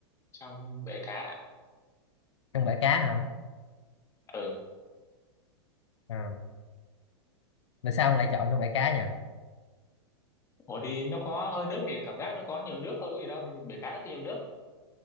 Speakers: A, on the left (about 20°); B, on the left (about 90°).
A: trong bể cá ạ.
B: trong bể cá hả
A: ừ
B: Ờ, tại sao ông lại chọn trong bể cá nhỉ
A: ủa đi nó có hơi nước thì cảm giác nó có nhiều nước thôi có gì đâu thì bể cá nó có nhiều nước